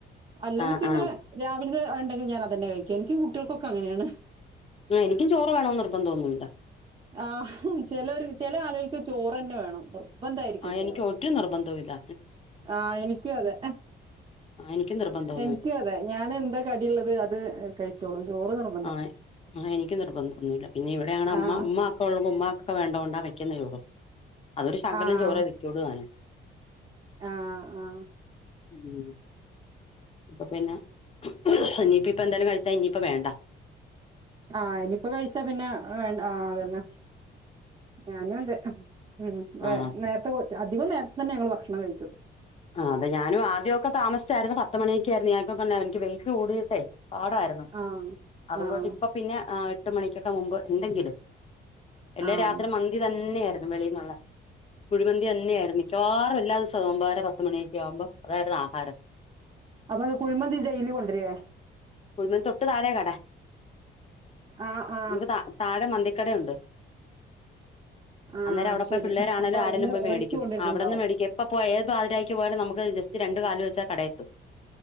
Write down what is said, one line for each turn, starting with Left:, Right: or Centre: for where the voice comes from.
Right: അല്ലെങ്കിൽ
Left: ആ
Right: പിന്നെ
Left: ആ
Right: രാവിൽത്തെ ഉണ്ടെങ്കി ഞാനതന്നെ കഴിക്ക എൻക്ക് കുട്ടിയാൾക്കൊക്കെ അങ്ങനെയാണ്
Left: ആ എനിക്ക് ചോറ് വേണോന്ന് നിർബന്ധൊന്നുല്ല
Right: ആഹും ചെലൊരു ചെല ആളുകൾക്ക് ചോറെന്നെ വേണം നിർബന്ധായിരിക്കും
Left: ആ
Right: ചോറ്.
Left: എനിക്ക് ഒരു നിർബന്ധോ ഇല്ല
Right: ആഹ് എനിക്കു അതെ
Left: ആ എനിക്ക് നിർബന്ധൊ
Right: എൻക്കു അതെ ഞാൻ എന്താ കടിള്ളത് അത് കഴിച്ചോളും ചോറ് നിർ
Left: ആഹ് ആഹ് എനിക്ക് നിർബന്ധൊന്നൂല്ല പിന്നെ ഇവിടെ ഞങ്ങടെ അമ്മ
Right: ആഹ്
Left: ഉമ്മ <unintelligible> ഉമ്മാക്കൊക്ക വേണ്ടോണ്ടാ വെക്കുന്ന ചോറ് അതൊരു ശകലം
Right: ആഹ്
Left: ചോറെ വെക്കൊള്ളു താനും
Right: ആഹ് ആഹ്
Left: മ്മ് ഇപ്പൊ പിന്നെ ഇനിയിപ്പിപ്പെന്തലും കഴിച്ചാ ഇനിയിപ്പ വേണ്ട
Right: ആഹ് എനിപ്പോ കഴിച്ചാ പിന്നെ വേണ്ട് ആഹ് അതെന്നെ ഞാനും അതെ അം ഉം വ
Left: ആഹ്
Right: നേർത്തെ കൊ അധികം നേർത്തെ തന്നെ ഞങ്ങള് ഭക്ഷണം കഴിക്ക
Left: ആഹ് അതെ ഞാനു ആദ്യൊക്കെ താമസിച്ചായിരുന്നു പത്ത് മണിയൊക്കെ ആയിരുന്നു ഞാനിപ്പ പിന്നെ എനിക്ക് വെയ്റ്റ് കൂടീട്ടെ പാടായിരു
Right: ആഹ്
Left: അതുകൊട്ട്
Right: ആഹ്
Left: ഇപ്പ പിന്നെ ആ ട്ട് മണിക്കൊക്കെ മുമ്പ് എന്തെങ്കിടും എല്ല
Right: ആഹ്
Left: രാത്രി മന്ന് ന്തി തന്നെയായിരുന്നു വെളീന്നൊള്ളെ കുഴിമന്തി എന്നെയായിരുന്നു മിക്കവാറു എല്ലാ ഈസോ ഒമ്പഅര പത്ത് ത്ത് മണിയൊക്ക്യാവുമ്പോ അതായിരുന്നു ആഹാരം
Right: അപ്പൊ ങ്ങക് കുഴിമന്തി ഡെയിലി കൊണ്ടരേ
Left: കുഴിമന്തി തൊട്ട് താഴെ കട
Right: ആഹ് ആഹ്
Left: ക്ക് ത-താഴെ മന്തിക്കടയുണ്ട്
Right: ആഹ്
Left: അന്നേര
Right: അത്
Left: അവിടെയിപ്പൊ
Right: ശെരി
Left: പിള്ളേരാണെലും
Right: അപ്പൊ അവിടുന്ന്
Left: ആരെല്ലും പോയ്‌ മേടിക്കും
Right: റൈസ് കൊണ്ടരുന്നുണ്ടാവും.
Left: ആവിടെന്ന് മേടിക്ക പ്പ പോയ് ഏത് പാതിരാക്ക് പോയാലും നമുക്ക് ജസ്റ്റ് രണ്ടു കാല് വെച്ചാ കടയെത്തും